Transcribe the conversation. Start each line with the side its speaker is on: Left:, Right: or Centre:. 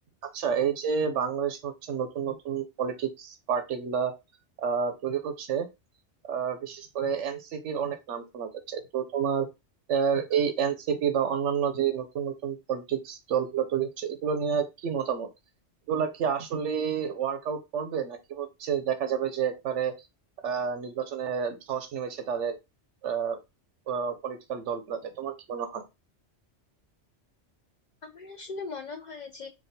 Right: আচ্ছা এই যে বাংলাদেশ হচ্ছে নতুন নতুন পলিটিক্স পার্টি গুলা আহ, তৈরি হচ্ছে আহ, বিশেষ করে এনসিপির অনেক নাম শোনা যাচ্ছে তো তোমার আহ, এই এনসিপি বা অন্যান্য যে নতুন নতুন পলিটিক্স দলগুলো তৈরি হচ্ছে এগুলো নিয়ে কি মতামত এগুলা কি আসলে ওয়ার্কআউট করবে নাকি হচ্ছে দেখা যাবে যে একবারে আহ নির্বাচনে ধস নেমেছে তাদের আহ পলিটিক্যাল দলগুলোতে তোমার কি মনে হয়
Left: আমার আসলে মনে হয় যে